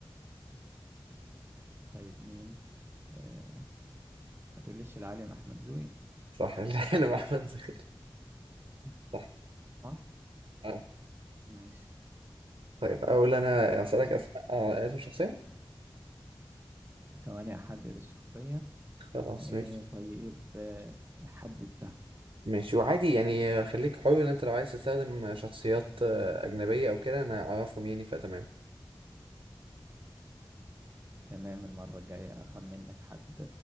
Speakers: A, on the right; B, on the right.
A: طيب مين آه، ما تقوليش العالم أحمد زويل
B: صح <laughs> العلم أحمد زغير
A: <laughs>
B: صح
A: صح؟
B: آه
A: ماشي
B: طيب أقول أنا أسألك
A: آه،
B: أسماء آه اسم شخصية
A: ثواني أحدد الشخصية
B: خلاص
A: آه،
B: ماشي
A: طيب آه، حددتها
B: ماشي وعادي يعني آه، خليك حر إن أنت لو عايز تستخدم آه، شخصيات آه، أجنبية أو كده أنا أعرفهم يعني فتمام
A: تمام المرة الجاية أخمن لك حد